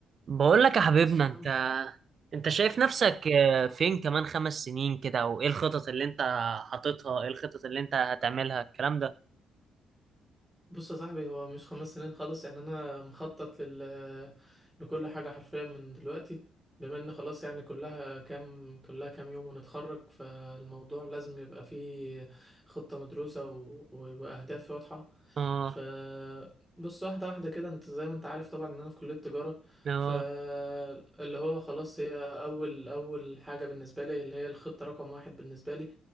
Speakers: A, on the right; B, in the centre.
A: بقول لك يا حبيبنا
B: بس يا
A: انت
B: عم
A: انت شايف نفسك آه، فين كمان خمس سنين كده او ايه الخطط اللي انت حاططها ايه الخطط اللي انت هتعملها الكلام ده
B: بص يا صاحبي هو مش خمس سنين خالص يعني انا مخطط لل لكل حاجه حرفيا من دلوقتي بما ان خلاص يعني كلها كام كلها كام يوم ونتخرج فالموضوع لازم يبقى فيه خطه مدروسه و... واهداف واضحه
A: اه
B: ف بص واحده واحده كده انت زي ما انت عارف طبعا ان انا في كليه تجاره
A: اه
B: فاللي هو خلاص هي اول اول حاجه بالنسبه لي اللي هي الخطه رقم واحد بالنسبه لي